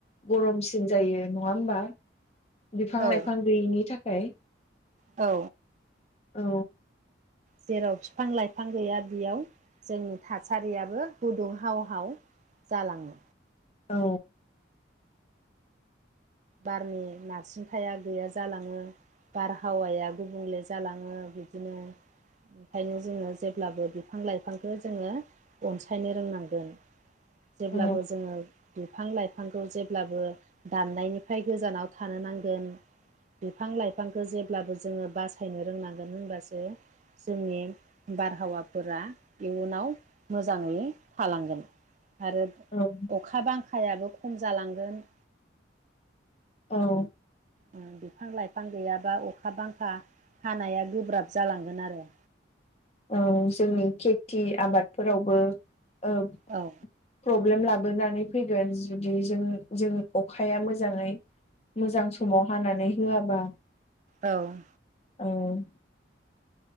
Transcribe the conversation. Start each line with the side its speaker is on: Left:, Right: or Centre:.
Left: गरमसिन जायो नङा होमबा बिफां
Right: औ
Left: लाइफां गैयैनि थाखाय।
Right: औ।
Left: औ।
Right: जेराव फिफां लाइफां गैया बियाव जोंनि थासारियाबो गुदुं हाव हाव जालाङो।
Left: औ।
Right: बारनि नारसिन थाया गैया जालाङो बारहावाया गुबुंले जालाङो बिदिनो ओंखायनो जोङो जेब्लाबो बिफां लाइफांखौ जोङो अनसायनो रोंनांगोन। जेब्लाबो
Left: औ
Right: जोङो बिफां लाइफां खौ जेब्लाबो दाननायनिफ्राय गोजानाव थानो नांगोन बिफां लाइफांखौ जेब्लाबो जोङो बासायनो रोंनांगोन होनबासो जोंनि बारहावाफोरा इयुनाव मोजाङै थालांगोन। आरो
Left: औ
Right: अखा बांखायाबो खम जालांगोन।
Left: औ।
Right: ओ बिफां लाइफां गैयाबा अखा बांखा हानाया गोब्राब जालांगोन आरो।
Left: ओ जोंनि खेथि आबादफोरावबोओ
Right: औ
Left: प्रब्लेम लाबोनानै फैगोन जुदि जों जों अखाया मोजाङै मोजां समाव हानानै होआबा
Right: औ।
Left: औ